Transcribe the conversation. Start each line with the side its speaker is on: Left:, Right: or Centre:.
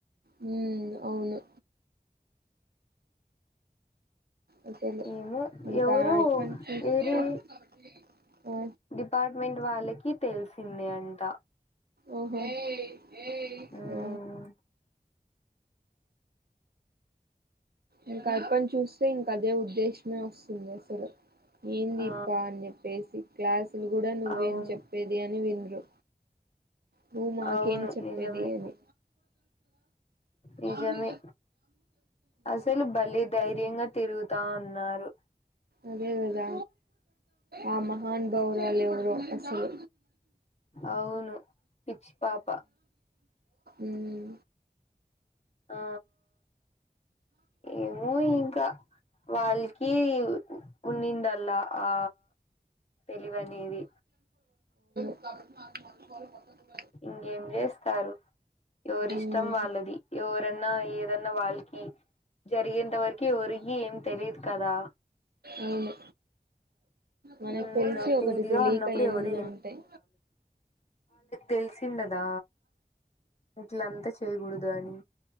Right: హ్మ్ అవును అసలు
Left: ఏమో
Right: ఇంకా
Left: ఎవరు
Right: ఇప్పటి చూస్తే
Left: వేరే
Right: ఆ
Left: డిపార్ట్ మెంట్ వాళ్ళ కి తెలిసింది అంట
Right: ఓహో ఏయ్
Left: మ్మ్
Right: ఓ ఇంక ఆయప్పని చూస్తే ఇంక అదే ఉద్దేశమే వస్తుంది అసలు ఏంది
Left: ఆ
Right: ఈప్ప అని చెప్పేసి. క్లాస్ ఇపుడు కూడా నువ్వేం
Left: అవును
Right: చెప్పేది అని వినరు నువ్వు మాకేం
Left: అవును
Right: చెప్పేది
Left: నిజమే
Right: అని
Left: నిజమే
Right: హ్మ్
Left: అసలు భలే ధైర్యంగా తిరుగుతా ఉన్నారు
Right: అదే గదా ఆ మహానుభావురాలు ఎవరో అసలు
Left: అవును పిచ్చి పాప
Right: ఉమ్ ఉమ్
Left: ఆ ఏమో ఇంక వాళ్ళకి ఉన్నిందల్లా ఆ తెలివి అనేది
Right: <unintelligible>
Left: ఇంకేం జేస్తారు ఎవరిష్టం
Right: ఉమ్ ఉమ్
Left: వాళ్ళది ఎవరెన్నా ఏదన్నా వాళ్ళకి జరిగేంత వరకి ఎవరికి ఏం తెలిదు కదా
Right: అవును మనకు
Left: ఉమ్
Right: తెలిసి
Left: అంత
Right: ఒకటి
Left: ఇదిగా
Right: తెలియక
Left: ఉన్నప్పుడు
Right: ఎన్నీ
Left: ఎవరు
Right: ఉంటాయి
Left: తెలిసిందడా ఇట్ల అంతా చేయకూడదు అని